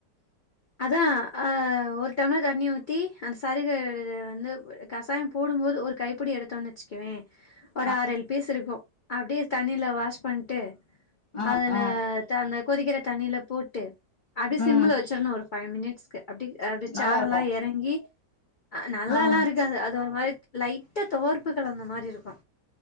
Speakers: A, on the left; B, on the left.
A: அதா ஆ ஒரு டம்ளரா தண்ணி ஊத்தி அந்த சருக வந்து கசாய போடும்போது ஒரு கைப்பிடி எடுத்தோன்னு வெச்சுக்கவே
B: <inaudible>
A: ஒரு ஆறு ஏழு பீஸ் இருக்கு அப்டியே தண்ணில வாஷ் பண்ட்டு
B: ஆ
A: அதுல
B: ஆ
A: த அந்த கொதிக்கிற தண்ணில போட்டு அப்டியே
B: ம்
A: சிம்ல வச்சிற்ணு ஒரு ஃபைவ் மினிட்ஸ்க்கு அப்டி அப்டி
B: நல்லா
A: சாரெல்லா
B: இருக்கு
A: எறங்கி அ நல்லாலா
B: ஆ
A: இருக் காது அது ஒரு மாரி லைட்டா தொவற்ப்பு கலந்த மாரி இருக்கு